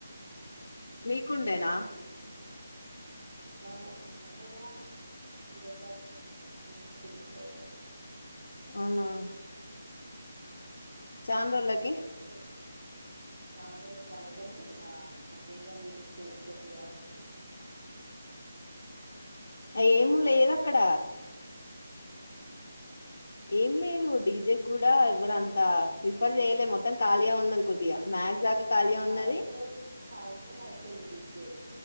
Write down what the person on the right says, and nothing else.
ఆ అన్నయ్యా వీడియో కాల్ చేసిండే జూమ్ మీటింగ్ పెట్టిండా
యా
ఇట్స్ ఓ కి చాన్ రోజులకీ అందుకనే ఇంగా రీసన్లు చెప్తే ఎందుకులే అని
అవునన్
సాయంత్రం
సాయ్ మ్ యింత్రం అయిపోయింది డిజే